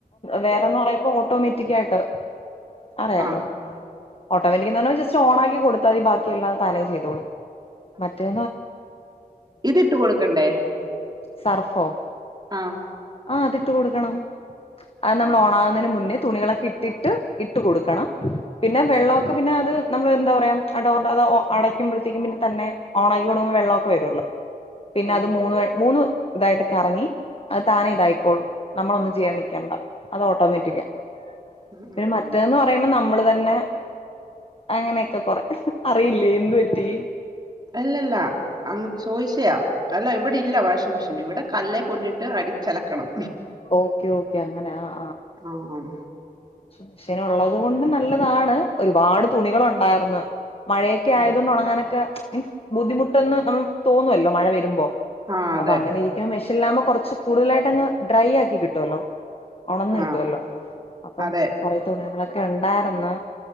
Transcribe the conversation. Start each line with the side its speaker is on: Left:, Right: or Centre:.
Left: വേറെന്ന് പറയുമ്പോ ഓട്ടോമാറ്റിക് ആയിട്ട് അറിയാല്ലോ..
Right: ആ
Left: ഓട്ടോമാറ്റിക് എന്ന് പറഞ്ഞാൽ ജസ്റ്റ് ഓൺ ആക്കി കൊടുത്താൽ മതി ബാക്കിയെല്ലാം അത് താനെ ചെയ്തോളൂം മറ്റേ
Right: ഇത് ഇട്ട് കൊടുക്കണ്ടേ
Left: സർഫോ
Right: ആം
Left: ആ അതിട്ടു കൊടുക്കണം അത് നമ്മൾ
Right: ആ
Left: ഓണാകുന്നതിന് മുന്നേ തുണികളൊക്കെ ഇട്ടിട്ട് ഇട്ട് കൊടുക്കണം. പിന്നെ വെള്ളമൊക്കെ പിന്നെ അത് നമ്മൾ എന്താ പറയാ, ഡോറിന്റെ അത് അടയ്ക്കുമ്പോഴത്തേക്കും പിന്നെ തന്നെ ഓൺ ആക്കി കൊടുക്കമ്പോ വെള്ളമൊക്കെ വരുമല്ലോ പിന്നെ
Right: ഓ
Left: അത് മൂന്ന് മൂന്ന് ഇതായിട്ട് കറങ്ങി അത് താനേ ഇതായിക്കോളും നമ്മളൊന്നും ചെയ്യാൻ നിക്കേണ്ട അത് ഓട്ടോമാറ്റിക്കാ
Right: ഉം, ഉം,
Left: പിന്നെ മറ്റേതെന്ന്
Right: ഉം.
Left: പറയുമ്പോ നമ്മള് തന്നെ ന്നെ അങ്ങനെയൊക്കെ കൊറെ അറിയില്ലേ എന്ത് പറ്റി
Right: അല്ലല്ല അങ്ങ് ചോയിച്ചയാ അല്ല ഇവിടെ ഇല്ല വാഷിംഗ് മെഷീൻ ഇവിടെ കല്ലേ കൊണ്ടിട്ട് അടിച്ചലക്കണം.
Left: ഓക്കെ ഓക്ക് ക്കെ അങ്ങനെ ആ
Right: ആം
Left: മെഷീൻ ഉള്ളത് കൊണ്ട് നല്ലതാണ് ഒരുപാട് തുണികൾ ഒണ്ടാർന്ന് മഴയൊക്കെ ആയതുകൊണ്ട്
Right: ആ
Left: ഉണങ്ങാനൊക്കെ മീൻസ് ബുദ്ധിമുട്ടൊന്ന് നമ്മക്ക് തോന്നൊല്ലോ മഴ വെരുമ്പോ
Right: ആ അതെ
Left: അപ്പൊ അങ്ങനെ ഇരിക്കു മെശല്ലാമ കൊർച്ച് കൂടുതലായിട്ടങ് ഡ്രൈ യാക്കി കിട്ടൊല്ലോ ഒണന്ന്
Right: ആ
Left: കിട്ടൊല്ലോ അപ്പം
Right: അതെ
Left: കൊറെ തുണിങ്ങളൊ ക്കെ ഇണ്ടായിര്ന്ന്